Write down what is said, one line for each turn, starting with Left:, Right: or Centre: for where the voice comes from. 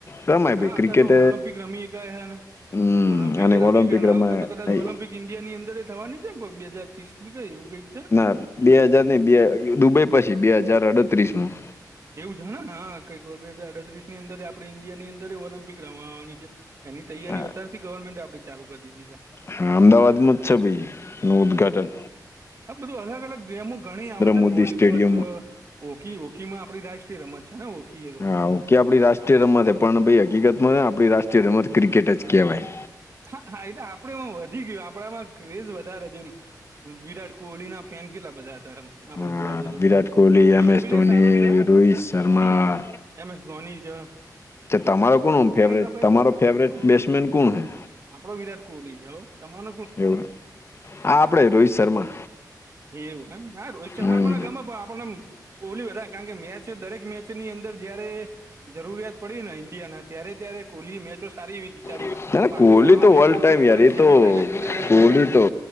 Left: રમાય ભાઈ
Right: હા
Left: ક્રિકેટ
Right: તો ઓલમ્પિક રમી્યાયા
Left: હમ
Right: ઓલિમ્પિક
Left: અને
Right: એ રમી
Left: ઓલમ્પિક
Right: કાય ને
Left: રમાય
Right: આ વખત તો કદાચ
Left: આઈ-
Right: ઓલિમ્પિક ઈન્ડિયાની અંદર એ થવાની છે ક બે હજર ત્રીસ કઈ એવું કઈક?
Left: ના બે હાજાર ની બે દુબઈ પછી બે હાજાર અડત્રીસ માં
Right: એવું જાણા હા બે હજર અડત્રીસ ની અંદર આપણે ઈન્ડિયા ની અંદર ઓલમ્પિક રમાવાની છે એની તૈયારીઓ
Left: હા
Right: અત્યારથી ગવર્મેન્ટ આપડી ચાલુ કરી દીધી છે.
Left: હા અમદાવાદમાં જ છે ભાઈ નું ઉદ્ઘાટન
Right: હા બધું અલગ અલગ ગેમો ઘણી આવે છે ને
Left: મોદી
Right: વોલીબોલ
Left: સ્ટેડિયમ
Right: છે. ઓકી ઓકી માં આપડી રાષ્ટ્રીય રમત છે ને ઓકી એ તો
Left: હાકે આપડી રાષ્ટ્રીય રમત પણ ભ હકીકત ને આપણી રાષ્ટ્રીય રમત ક્રિકેટ જ કેવાય.
Right: હા હા એટ આપડેમાં વધી ગયું આપડામાં ક્રેઝ વધારે જેમ વિરાટ કોહલી ના ફેન કેટલા બધા હતાારમ આપડે
Left: હા
Right: જોવા જ તો
Left: વિરાટ કોહલી
Right: બ બેસ્ટ
Left: એમ એસ
Right: બેન
Left: ધોની
Right: સારો જ છે
Left: રોહિત શર્મા
Right: હમ એમ એસ ધોની જ
Left: તમારો કોણ ફેવરેટ
Right: આપડે
Left: તમારો ફેવરેટ બેટ્સમેન કોણ હ
Right: આપડો વિરાટ કોહલી જાઓ તમાર
Left: એવું હા આપડે રોહિત શર્મા
Right: એ એવું એમ ના છે
Left: હમ
Right: એમાં આપને ગમે આપણનેમ કોહલી બધા કારણ કે મેચ દરેક મેચની અંદર જયારે જરૂરિયાત પડી ને ઈન્ડિયા ના ત્યારે ત્યારે કોહલી મેચો સારી જીતાડી
Left: ના ના
Right: પાકિસ્તાન
Left: કોહલી
Right: હોમેની
Left: તો વર્લ્ડ
Right: વચ્ચે
Left: ટાઈમ
Right: આપણે
Left: યાર એ
Right: સેમીફાઈનલ
Left: તો
Right: જીત્યા હતા એક
Left: કોહલી તો.